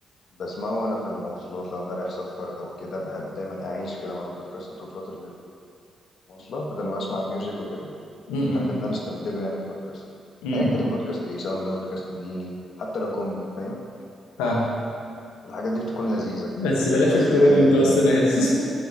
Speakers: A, on the left; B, on the left.
A: بسمعه وانا في المواصلات لو انا رايح سفر او كده بحب دايما اعيش كده مع البودكاست طول فترة المواصلة بدل ما اسمع ميوزك وكده
B: م-
A: بحب
B: م-
A: ان انا استبدله يعني ببودكاست
B: م-
A: ايا كان البودكاست ايه سواء بقى بودكاست ديني حتى لو كوميدي فاهم
B: فاهمك
A: الحاجات دي بتكون لذيذة
B: بس بلاش
A: بس
B: الكوميدي
A: آه،
B: وانت وسط ناس